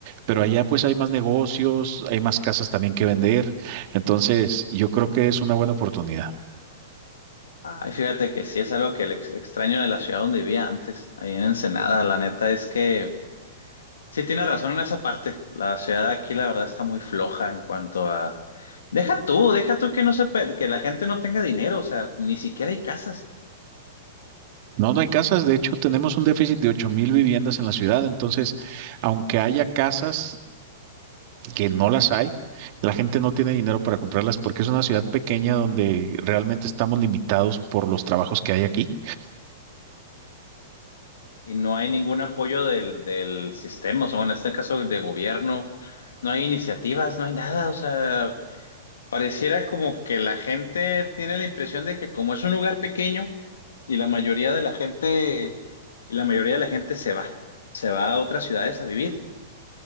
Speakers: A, on the right; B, on the left.
A: pero allá pues hay más negocios, hay más casas también que vender. Entonces, yo creo que es una buena oportunidad.
B: Ay, fíjate que sí es algo que le ex- extraño de la ciudad donde vivía antes, ahí en Ensenada. La neta es que Sí, tiene razón en esa parte. La ciudad de aquí, la verdad, está muy floja en cuanto a... Deja tú, deja tú que no se pe- que la gente no tenga dinero, o sea, ni siquiera hay casas
A: No, no hay casas. De hecho, tenemos un déficit de ocho mil viviendas en la ciudad. Entonces, aunque haya casas que no las hay, la gente no tiene dinero para comprarlas porque es una ciudad pequeña donde realmente estamos limitados por los trabajos que hay aquí.
B: y no hay ningún apoyo del, del sistema, o sea, bueno, en este caso de gobierno, no hay iniciativas, no hay nada, o sea, pareciera como que la gente tiene la impresión de que como es un lugar pequeño y la mayoría de la gente, y la mayoría de la gente se va, se va a otras ciudades a vivir.